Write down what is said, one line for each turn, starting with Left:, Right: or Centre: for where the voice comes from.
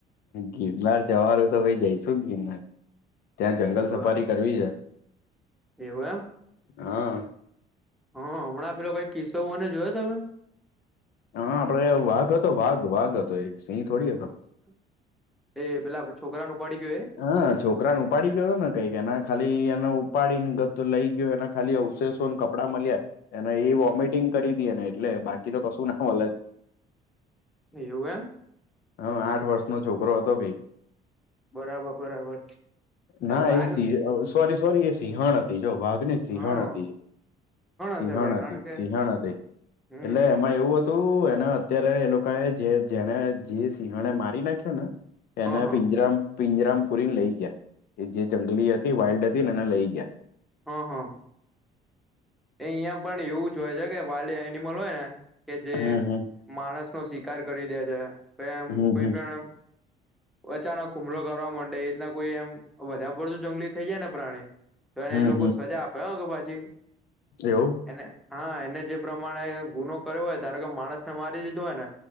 Left: ગિરનાર જવાનું તો ભાઈ જઈશું ને ગિરનાર. ત્યાં જંગલ
Centre: એવું
Left: સફારી
Centre: એમ
Left: કરવી છે.
Centre: એવું એમ.
Left: હા.
Centre: હા હમણાં આ પેલો કઈ કિસ્સો બન્યો જોયો તમે.
Left: હા આપડે વાઘ હતો વાઘ વાઘ હતો એ સિંહ થોડી હતો.
Centre: <inaudible> એ પેલા છોકરા ન ઉપાડી ગયો એ.
Left: હા છોકરાને ઉપાડી ગયો હતો ને કઈક એને ખાલી એને ઉપાડીને લઈ ગયો એ ખાલી અવશેષો કપડા મળ્યા એને એ વોમિટિંગ કરી તી એને એટલે બાકી તો કશું ના મળ
Centre: એવું એમ.
Left: હમ આઠ વર્ષનો છોકરો હતો ભઈ.
Centre: બરાબર બરાબર
Left: ના
Centre: વાઘ
Left: એ સિંહ સોરી સોરી એ સિંહણ હતી જો વાઘ સિંહણ
Centre: હા
Left: હતી સિંહણ
Centre: હશે ભાઈ કારણ
Left: હતી
Centre: કે
Left: સિંહણ હતી
Centre: હમ
Left: એટલે એમાં
Centre: હમ
Left: એવું હત ત એના અત્યારે એ લોકોએ જે જેને જે સિંહણે મારી નાખ્યો ને
Centre: હા
Left: એને
Centre: હા
Left: પિંજરામ પિંજરામપુરીને લઈ ગયા એ જે જંગલી હતી વાઇલ્ડ હતી ને એને લઈ ગયા.
Centre: હમ હમ. એ અહિયાં પણ એવું જ હોય છે કે વાઇલ્ડ એનિમલ હોય ને કે જે
Left: હમ
Centre: માણસ નો શિકાર કરી દે છે કે એમ
Left: હમ
Centre: કોઈ
Left: હમ
Centre: પણ એમ અચાનક હુમલો કરવા માંડે એ રીતના કોઈ એમ વધારે પડતું જંગલી થઇ જાય ને પ્રાણી. તો એને
Left: હમ હમ
Centre: એ લોકો સજા આપે હો કે પછી
Left: એવુ
Centre: એને હા એને જે પ્રમાણે ગુનો કર્યો હોય ધારો કે માણસ ને મારી દીધો હોય ને